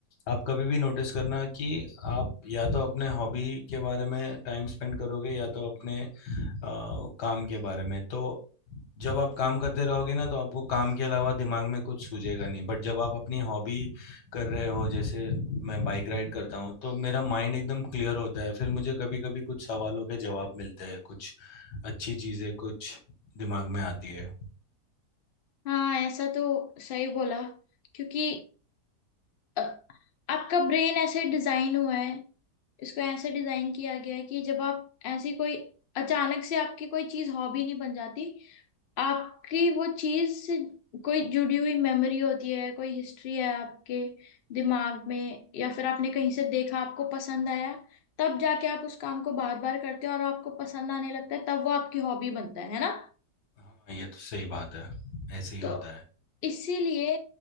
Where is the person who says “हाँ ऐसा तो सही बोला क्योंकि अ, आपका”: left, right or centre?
Left